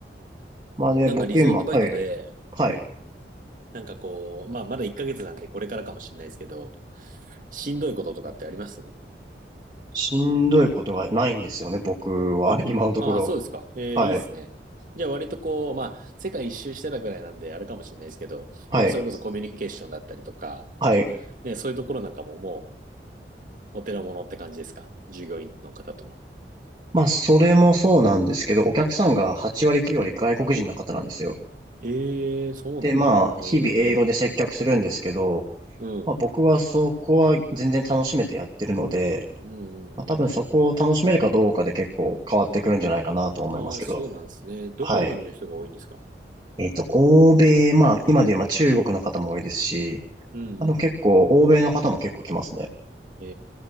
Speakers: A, on the right; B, on the right.
A: まあね、
B: なんかリゾートバイトで、
A: 僕今、はい。はい。
B: なんかこう、まあまだ1ヶ月なんでこれからかもしれないですけど、しんどいこととかってあります
A: しんどいことがないんですよね、僕は。今のところ。
B: ああ、そうですか。えーいいですね。
A: はい。
B: じゃあ割とこう、まあ世界一周してたぐらいなんであれかもしれないですけど、
A: はい。
B: まあそれこそコミュニケーションだったりとか、
A: はい。
B: ね、そういうところなんかももうお手の物って感じですか従業員の方との。
A: まあ、それもそうなんですけど、お客さんが8割9割外国人の方なんですよ。
B: ええそうなんだ。
A: で、まあ、日々英語で接客するんですけど、
B: ええうん。
A: まあ、僕はそこは全然楽しめてやってるので、
B: うんうん
A: まあ、多分そこを楽しめるかどうかで結構変わってくるんじゃないかなと思いますけど。
B: うん。ああ、そうなんですね。どこの国の人が多いんですか
A: はい。えっと、欧米、まあ、今で言えば中国の方も多いですし、
B: うんうん。
A: まあ、でも結構、欧米の方も結構来ますね。
B: え